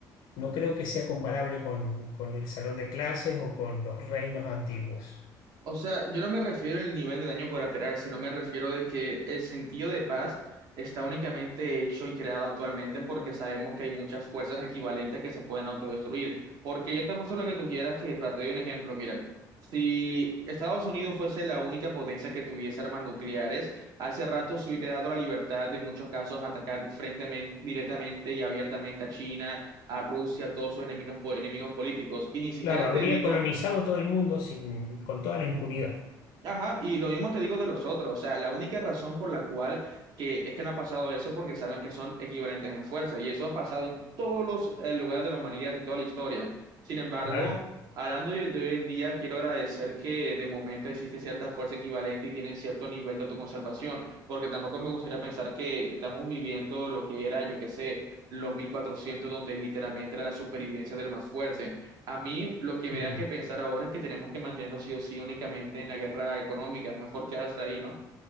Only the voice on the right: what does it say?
O sea, yo no me refiero al nivel de daño colateral, sino me refiero de que el sentido de paz está únicamente hecho y creado actualmente porque sabemos que hay muchas fuerzas equivalentes que se pueden autodestruir. Porque yo te apuesto lo que tú quieras que, para te doy un ejemplo, mira, si Estados Unidos fuese la única potencia que tuviese armas nucleares, hace rato se hubiera dado la libertad de en muchos casos atacar frente, directamente y abiertamente a China, a Rusia, a todos sus enemigos, po- enemigos políticos. Y ni siquiera
te digo
Ajá, y lo mismo te digo de los otros, o sea, la única razón por la cual que es que no ha pasado eso es porque saben que son equivalentes en fuerza, y eso ha pasado en todos los eh, lugares de la humanidad, en toda la historia. Sin embargo,
hablando de de hoy en día, quiero agradecer que de momento existe cierta fuerza equivalente y tienen cierto nivel de autoconservación, porque tampoco me gustaría pensar que estamos viviendo lo que era, yo qué sé, los mil cuatrocientos donde literalmente era la supervivencia del más fuerte. A mí lo que me
da que pensar ahora es que tenemos que mantenernos sí o sí únicamente en la guerra económica, mejor quedarse ahí, ¿no?